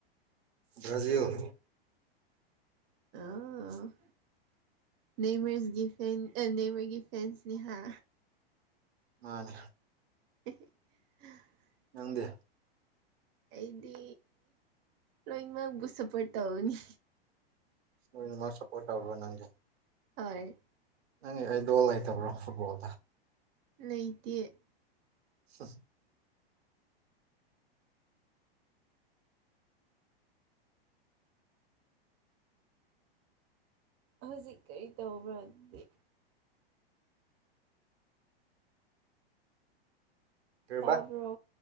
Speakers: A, on the right (about 85°); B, on the right (about 35°).
A: ꯕ꯭ꯔꯥꯖꯤꯜ <inaudible>
B: ꯑꯣ ꯅꯦꯃꯔꯁꯒꯤ ꯐꯦꯟ ꯅꯦꯕꯔꯒꯤ ꯐꯦꯟꯁꯅꯤꯍ
A: ꯃꯥꯅꯦ
B: <unintelligible>
A: ꯅꯪꯗꯦ
B: ꯑꯩꯗꯤ ꯂ꯭ꯔꯣꯌꯤꯡ ꯑꯃ ꯨꯁꯁꯥꯄꯔꯇ ꯍꯅꯤ
A: ꯅꯣꯏꯅ ꯃꯥ ꯁꯄꫭꯠ ꯇꯧꯔꯕꯥ ꯅꯪꯗꯤ
B: ꯑ
A: ꯅꯪ ꯑꯩ ꯂꯣꯜ ꯂꯩꯇꯕ꯭ꯔꯣ ꯐꯨꯠꯕꯣꯜꯗ
B: ꯂꯩꯇꯦ
A: <unintelligible>
B: ꯍꯧꯖꯤꯛ ꯀꯔꯤ ꯇꯧꯕ꯭ꯔꯗꯤ
A: ꯀꯩꯕ
B: ꯇꯥꯕ꯭ꯔꯣ